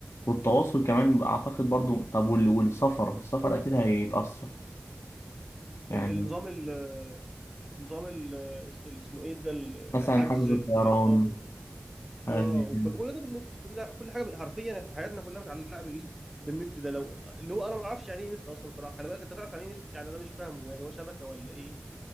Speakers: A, on the left (about 85°); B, in the centre.
A: والتواصل كمان اعتقد برضو طب وال- والسفر السفر اكيد هيتأثر يعني
B: ال- النظام ال... نظام ال... ال- اسمه ايه ده ال-
A: مثلا
B: الحجز
A: حجز
B: الطيران
A: الطيران
B: و...
A: حاجة
B: اه
A: زي
B: وكل
A: كده
B: كل ده بالنت كل ده كل حاجه بال- حرفيا احنا حياتنا كلها متعلقه بال... بالنت ده لو اللي هو انا ما اعرفش يعني ايه نت اصلا بصراحه خلي بالك انت تعرف يعني ايه نت يعني انا مش فاهمه يعني هو شبكه ولا ايه